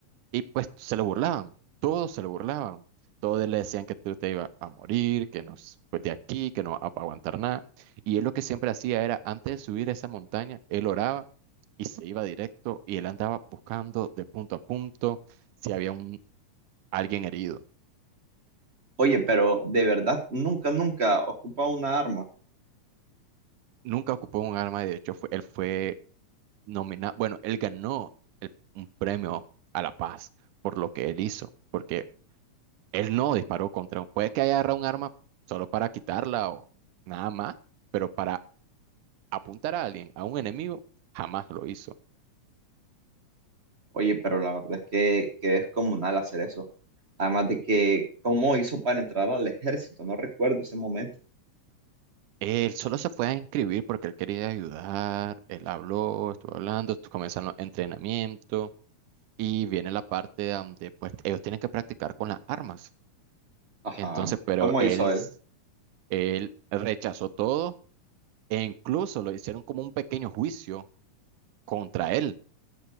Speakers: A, on the right; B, on the right.
A: y pues se lo burlaban, todos se lo burlaban, todos le decían que tú te ibas a morir, que no, s- pues de aquí, que no vas a aguantar nada y él lo que siempre hacía era antes de subir esa montaña, él oraba y se iba directo y él andaba buscando de punto a punto si había un, alguien herido.
B: Oye, pero de verdad, nunca, nunca ocupa una arma.
A: Nunca ocupó un arma, y de hecho fue, él fue nomina- Bueno, él ganó el- un premio a la paz por lo que él hizo, porque él no disparó contra un... Puede que haya agarrado un arma solo para quitarla o nada más, pero para apuntar a alguien, a un enemigo, jamás lo hizo.
B: Oye, pero la verdad es que, que es comunal hacer eso. Además de que, ¿cómo hizo para entrar al ejército? No recuerdo ese momento.
A: Él solo se fue a inscribir porque él quería ayudar, él habló, estuvo hablando, estu- comenzaron los entrenamientos y viene la parte donde pues ellos tienen que practicar con las armas.
B: Ajá.
A: Entonces, pero
B: ¿Cómo
A: él,
B: hizo él?
A: él rechazó todo E incluso lo hicieron como un pequeño juicio contra él,